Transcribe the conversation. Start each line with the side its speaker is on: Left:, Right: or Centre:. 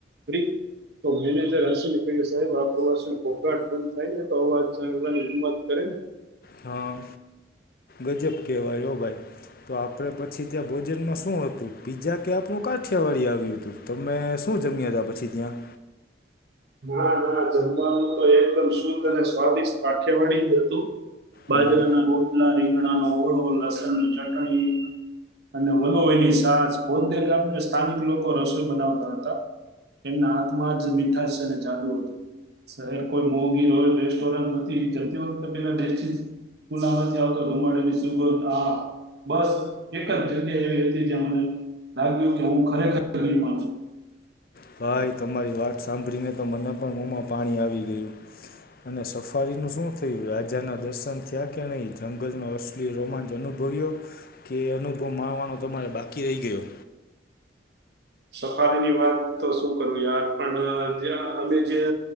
Right: ફ તો મેનેજર આસીને કહ્યું સાહેબ આ પ્રવાસનું ઘોંઘાટ બંધ થાય ને તો અવાજ જાણવાની હિંમત કરે ને
Left: હા ગજબ કહેવાયયો ભાઈ તો આપણે પછી ત્યાં ભોજનમાં શું હતું પીઝા કે આપણું કાઠિયાવાડી આવ્યું હતું? તમે શું જમ્યા હતા પછી ત્યાં?
Right: ના ના જમવાનું તો એકદમ શુદ્ધ અને સ્વાદિષ્ટ કાઠિયાવાડી જ હતું બાજરાના
Left: હા
Right: રોટલા, રીંગણાનો ઓળ, લસણ ચટણી અને વલો એની છાસ પોતે ગામ સ્થાનિક લોકો રસોઈ બનાવતા હતા. એમના હાથમાં જ મીઠા છે અને જાદુ હતું. શહેર કોઈ મોગી રોયલ રેસ્ટોરન્ટ નથી જતી વખતે પેલા બે કુલામાં આવતો ધુમાડની સુગોધ હા બસ એક જ જગ્યા એવી હતી જયા મને લાગ્યું કે હું ખરેખર મા છે,
Left: ભાઈ તમારી વાત સાંભળીને પણ મને પણ મોમાં પાણી આવી ગયું. અને સફારીનું શું થયું રાજા ના દર્શન થયા કે નહી જંગલનો એટલી રોમાંચ અનુભવ્યો કે એ અનુભવ માણવાનો તમારે બાકી રહી ગયો?
Right: સફારીની વાત તો શું કરું યાર પણ જે અમે જે